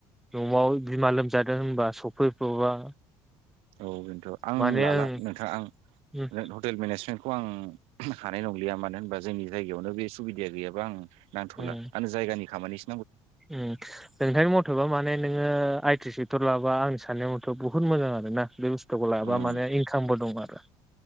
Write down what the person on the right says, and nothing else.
औ बेन्थ' आं
लाला
नोंथां आं
जों हटेल मेनेजमेन्टखौ आं उम हानाय नंलिया मानो होनबा जोंनि जायगायावनो बे सुबिदाया गैयाबा आं नांथ'ला
आंनो जायगानि खामानिस
उम